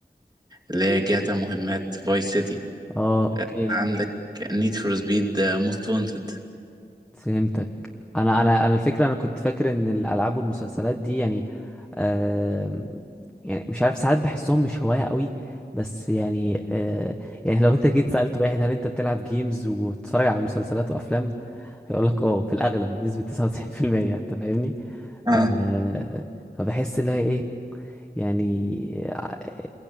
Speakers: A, on the right (about 25°); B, in the centre.
A: اللي هي جاتا مهمات فايس سيتي
B: اه اوكي
A: عندك نيد فور سبيد موست وانتد
B: فهمتك انا انا انا الفكره انا كنت فاكر ان الالعاب والمسلسلات دي يعني آه يعني مش عارف ساعات بحسهم مش هوايه قوي بس يعني آه يعني لو انت جيت سالت واحد هل انت بتلعب جيمز وبتتفرج على مسلسلات وافلام هيقول لك اه في الاغلب بنسبه 99% انت فاهمني
A: اه
B: آه فبحس اللي هي ايه يعني آه،